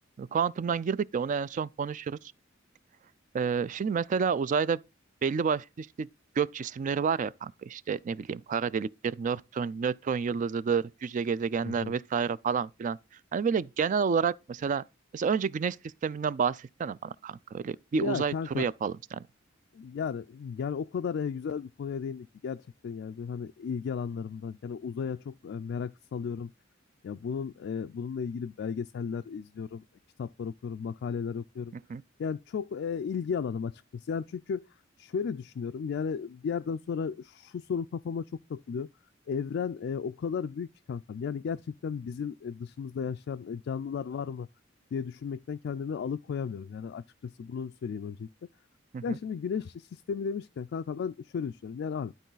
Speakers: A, on the right; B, on the left.
A: Kuantumdan girdik de onu en son konuşuruz. E, şimdi mesela uzayda belli başlı işte gök cisimleri var ya kanka işte ne bileyim kara deliktir, nötron, nötron yıldızıdır, cüce gezegenler
B: Hı hı.
A: vesaire falan filan. Hani böyle genel olarak mesela mesela önce güneş sisteminden bahsetsene bana kanka öyle bir
B: Ya
A: uzay
B: kanka
A: turu yapalım sen.
B: Yani yani o kadar e, güzel bir konuya değindik ki gerçekten yani böyle hani ilgi alanlarımdan yani uzaya çok e, merak salıyorum. Ya bunun e, bununla ilgili belgeseller izliyorum, e, kitaplar okuyorum, makaleler okuyorum.
A: Hı hı,
B: Yani çok e, ilgi alanım açıkçası. Yani çünkü şöyle düşünüyorum. Yani bir yerden sonra şu soru kafama çok takılıyor. Evren e, o kadar büyük ki kankam. Yani gerçekten bizim e, dışımızda yaşayan e, canlılar var mı diye düşünmekten kendimi alıkoyamıyorum. Yani açıkçası bunu söyleyeyim öncelikle.
A: hı hı,
B: Ya şimdi güneş sistemi demişken kanka ben şöyle düşünüyorum. Yani abi